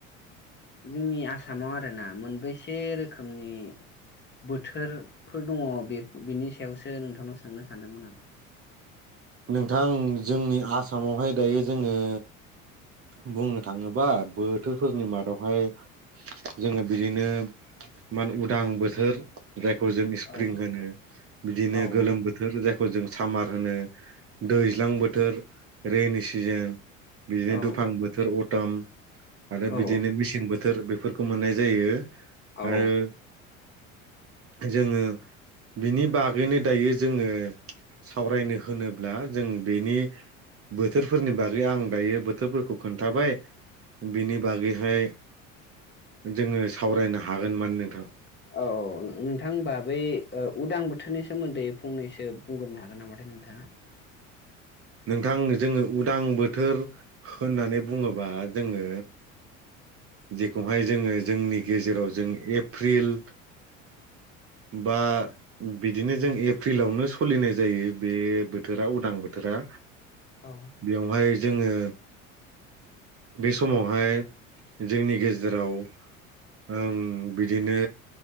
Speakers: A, on the left; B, on the right.
A: जोंनि आसामाव आरोना मोनबैसे रोखोमनि बोथोरफोर दङ बे बिनि सायावसो नोंथांनाव सोंनो सानदोंमोन आं
B: नोंथां जोंनि आसामावहाय दायो जोङो बुंनो थाङोबा बोथोरफोरनि मादावहाय जोङो बिदिनो मान उदां बोथोर जायखौ जों स्प्रिं
A: औ
B: होनो बिदिनो
A: औ
B: गोलोम बोथोर बोथोर जायखौ जों सामार होनो दैज्लां बोथोर रेनि सिजोन बिदिनो
A: औ
B: दुफां बोथोर अथम आरो
A: औ
B: बिदिनो मेसें बोथोर बोथोर बेफोरखौ मोननाय जायो
A: औ
B: आरो जोङो बिनि बागैनो दायो जोङो सावरायनो होनोब्ला जों बेनि बोथोरफोरनि बागै आं दायो बोथोर खौ खोन्थाबाय बिनि बागैहाय जोङो सावरायनो हागोन मान नोंथां
A: औ औ नोंथांबा बै उदां बोथोरनि सोमोन्दै फंनैसो बुंग्रोनो हागोन नामाथाय नोंथाङा
B: नोंथां जोङो उदां बोथोर होननानै बुङोबा जोङो जेखौहाय जोङो जोंनि गेजेराव जों एप्रिल बा बिदिनो जों एप्रिलावनो सोलिनाय जायो बे बोथोरा उदां बोथोरा
A: औ
B: बेवहाय जोङो बे समावहाय जोंनि गेजेराव ओं बिदिनो